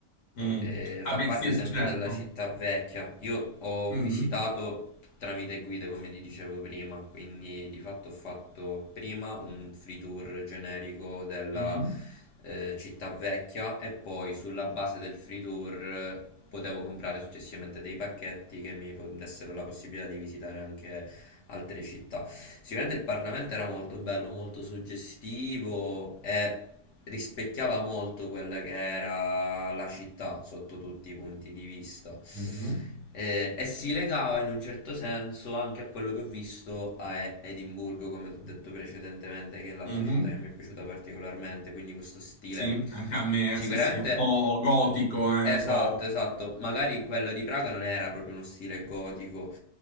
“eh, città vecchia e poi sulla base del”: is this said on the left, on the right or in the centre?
Left